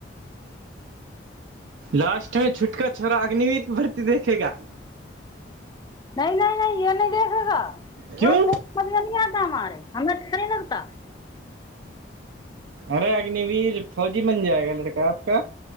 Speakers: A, on the right; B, on the left.
A: लास्टमे छुटका छोरा अग्निवीर बढ़ती देखेगा
B: नहि नहि नहि य नहि देख लेा
A: क्यों
B: अच्छा सम न आता हमारे हमरा अच्छा नहि लगता
A: अरे अग्निवीर फौजी बन जाएगा लड़का क्या